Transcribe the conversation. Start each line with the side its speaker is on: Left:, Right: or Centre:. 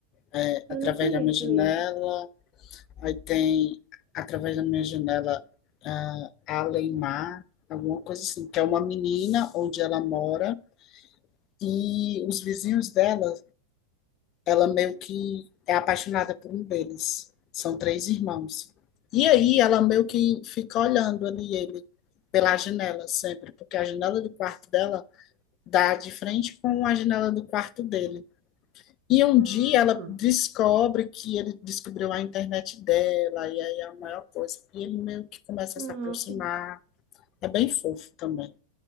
Left: É, Através
Right: Eu não conheço
Left: da Minha Janela,
Right: esse.
Left: aí tem Através da Minha Janela, ah, Além alguma coisa assim, que é uma menina onde ela mora e os vizinhos dela, ela meio que é apaixonada por um deles. São três irmãos. E aí ela meio que fica olhando ali ele pela janela sempre, porque a janela do quarto dela dá de frente com a janela do quarto dele. E um
Right: Ah,
Left: dia ela descobre que ele descobriu a internet dela, e aí é a maior coisa. E ele meio que começa
Right: ah,
Left: a se aproximar. É bem fofo também.